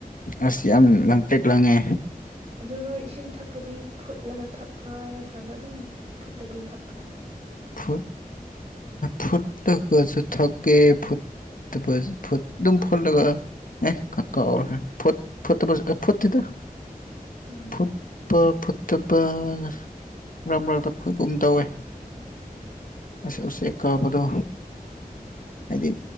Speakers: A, on the left; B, on the right.
A: ꯑꯁ ꯌꯥꯝ ꯂꯪꯇꯦꯛ ꯂꯪꯉꯦ
B: ꯑꯗꯨ ꯅꯣꯏ ꯏꯁꯤꯡ ꯊꯛꯄꯗꯤ ꯐꯨꯠꯂꯒ ꯊꯛꯄ꯭ꯔꯥ ꯅꯠꯇ꯭ꯔꯒ ꯑꯗꯨꯝ ꯐꯨꯠꯇꯕꯤ ꯊꯛꯄ꯭ꯔꯥ
A: ꯐꯨꯠ ꯐꯨꯠ ꯂꯒꯁꯨ ꯊꯀꯦ ꯐꯨꯠ ꯇ ꯐ ꯑꯗꯨꯝ ꯐꯣꯔꯂ ꯑꯦ ꯈꯥ ꯀꯥꯎꯔꯦ ꯐꯨꯠ ꯐꯨꯠꯇꯕꯖꯦ ꯑꯦ ꯐꯨꯠꯇꯦꯗ
B: ꯎꯝ
A: ꯐꯨꯠꯄ ꯐꯨꯠ ꯑꯇꯣꯞꯄ ꯅ ꯔꯝ ꯔ꯭ꯛꯇ ꯐꯨꯠꯒꯨꯝ ꯇꯧꯋꯦ ꯑꯁ ꯎꯆꯦꯛ ꯀꯥꯕꯗꯣ ꯍꯥꯏꯗꯤ